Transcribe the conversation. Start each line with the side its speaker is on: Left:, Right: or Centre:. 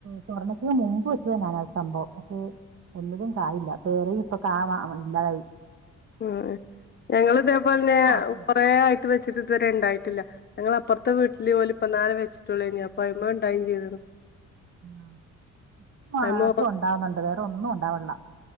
Right: സ്വർണക്കന് മുമ്പ് വെച്ച തന്നെയാണ് ആ സംഭവം പക്ഷെ ഒന്നിലും കായല്ലേറെ ഇപ്പൊ ക ഇല്ലാതായി
Left: ഉ ഞങ്ങൾ ഇതേപോലെന്നെ
Right: മാത്രമുണ്ട്
Left: കൊറെ ആയിട്ട് വെച്ചിട്ട് ഇതുവരെ ഉണ്ടായിട്ടില്ല ഞങ്ങള അപ്പുറത്തെ വീട്ടില് പോലെ ഇപ്പന്ന നേരെ വച്ചിട്ടള ഇനി അപ്പ അമ്മ ഉണ്ടം ചെയ്ത
Right: ആ ഇപ്പ മാത്രം
Left: അയ്മ
Right: ഉണ്ടാവുന്നുണ്ട് വേറെ ഒന്നും ഉണ്ടാവില്ല